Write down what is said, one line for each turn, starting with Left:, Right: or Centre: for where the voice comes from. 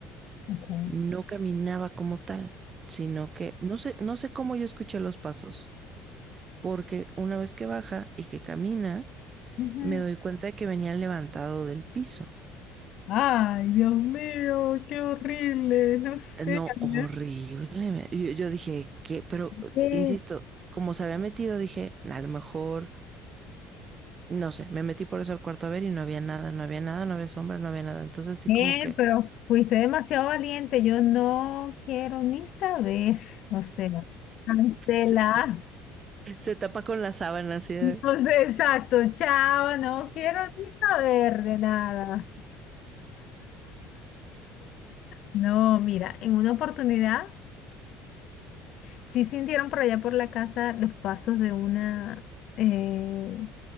Left: ok.
Right: No caminaba como tal, sino que no sé, no sé cómo yo escuché los pasos. porque una vez que baja y que camina,
Left: Ujú.
Right: me doy cuenta de que venía levantado del piso.
Left: Ay, Dios mío, qué horrible, no sé.
Right: No,
Left: Ana.
Right: horrible. Yo, yo dije, ¿qué? Pero, eh,
Left: Sí.
Right: insisto, como se había metido, dije, a lo mejor, no sé, me metí por eso al cuarto a ver y no había nada, no había nada, no había sombra, no había nada. Entonces sí
Left: Eh,
Right: como que
Left: pero fuiste demasiado valiente. Yo no quiero ni saber. O sea, cancelar.
Right: se, se tapa con la sábana así de...
Left: Entonces, <laughs> exacto, chao. No quiero ni saber de nada. No, mira, en una oportunidad. Sí sintieron por allá por la casa los pasos de una, eh,